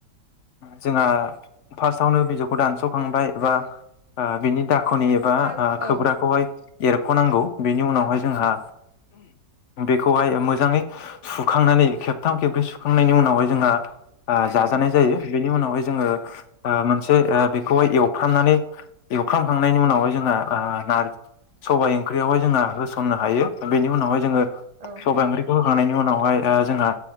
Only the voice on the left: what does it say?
जोंहा फार्स्ट वनो बिजौखौ दानसखांबाय एबा ओ बिनि दा खनि एबा
ओ
खोब्राखौहाय एरखनांगौ बेनि उनावहाय जोंहा बेखौहाय मोजाङै सुखांनानै खेबथाम खेब्रै सुखांनायनि उनावहाय जोंहा ओ जाजानाय
जायो। बेनि उनावहाय जोङो ओ मोनसे बेखौहाय एवफ्रामनानै एवफ्रामखांनायनि उनावहाय जोंहा ऐ नारजि सबाय ओंख्रियावहाय जोंहा होसननो हायो। दा बे उनावहाय जोङो
सबाय ओख्रिखौ होखानायनि उ उनावहाय ओ जोंहा